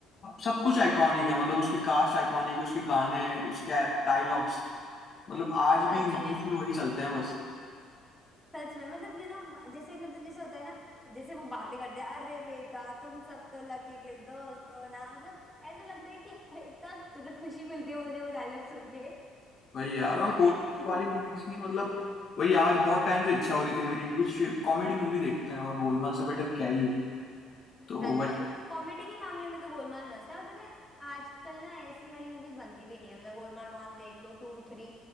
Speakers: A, on the left; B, in the centre.
A: सब कुछ आइकॉनिक है मतलब उसकी कास्ट आइकॉनिक है उसके गाने उसके डायलॉग्स मतलब आज
B: सच
A: भी न्यूज
B: में
A: में वही चलते हैं बस
B: सच में मतलब यू नो जैसे मतलब जैसे होता है ना जैसे वो बातें करते हैं अरे बेटा तुम सब तो लकी के दोस्त हो ना मतलब ऐसा लगता है कि <laughs> इतना मतलब खुशी मिलती है मुझे वो डायलॉग सुन के
A: वही यार
B: Oh
A: और
B: God
A: गोलमाल
B: <laughs>
A: वाली मूवीज नहीं मतलब वही आज बहुत टाइम से इच्छा हो रही थी मेरी कि कुछ कॉमेडी मूवी देखते हैं और गोलमाल से बेटर क्या ही है तो
B: सच
A: वही
B: में कॉमेडी के मामले में तो गोलमाल मस्त है और पता है आजकल ना ऐसी वाली मूवीज बनती भी नहीं है मतलब गोलमाल वन देख लो टू थ्री